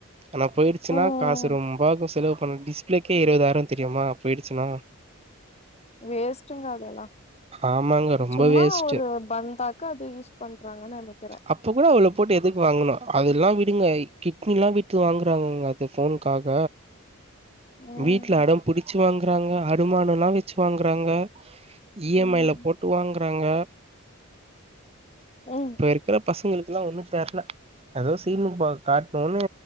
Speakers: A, on the right; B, on the left.
A: ஆனா போயிடுச்சுன்னா
B: ம்
A: காசு ரொம்பாகு செலவு பண்ண டிஸ் டிஸ்பிளேக்கே இருவதாயிரோ தெரியுமா போயிடுச்சுனா
B: வேஸ்ட்டுங்க அதெல்லா
A: ஆமாங்க ரொம்ப
B: சும்மா
A: வேஸ்ட்
B: ஒரு பந்தாக்கு அது யூஸ் பண்றாங்கன்னு நெனைக்கிற
A: அப்ப கூட அவ்ளோ போட்டு எதுக்கு வாங்கணு அதெல்லா விடுங்க கிட்னி எல்லா வித்து வாங்குறாங்கங்க அது ஃபோன்காக
B: ம்
A: வீட்ல அடம் புடுச்சு வாங் வாங்குறாங்க அடமானோ எல்லா வெச்சு வாங்குறாங்க இஎம்ஐல
B: ம்
A: போட்டு வாங்கறாங்க
B: ம்
A: இப்ப இருக்குறப் பசங்களுக்கெல்லா ஒன்னு தெர்ல எதோ சீனு காட்டணுன்னு